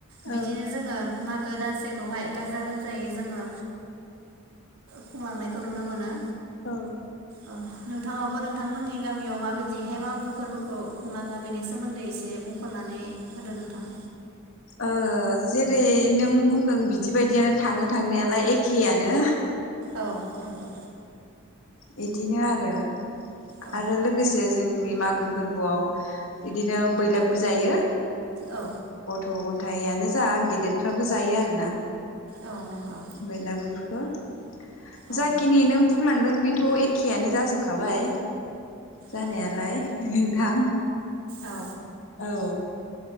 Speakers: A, on the right; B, on the left.
A: बिदिनो
B: औ ओ
A: जोङो मागो दानसेखौहाय गाजा गोमजायै जोङो खुंलांनायखौ नुनो मोनो।
B: औ
A: औ नोंथाङाबो नोंथांमोननि गामियाव माबायदिहाय मागो फोरबोखौ खुंलाङो बेनि सोमोन्दै एसे बुंफोरनानै होदो नोंथां।
B: ओ जेरै नों बुंदों बिदिबायदियानो थाङो थांनायालाय एखेयानो।
A: औ नंगौ।
B: बिदिनो आरो।
A: औ
B: आरो लोगोसे जोंनि मागो फोरबोआव बिदिनो बैलागुर जायो।
A: औ।
B: गथ' गथायानो जा गेदेरफ्राबो जायो आरोना।
A: औ नंगौ
B: बैलागुर <unintelligible>
A: औ
B: जाखिनि नों बुंलांदों बेथ' एखेयानो जाजोबखाबाय। जानायालाय
A: नंगौ
B: <unintelligible>
A: औ
B: औ।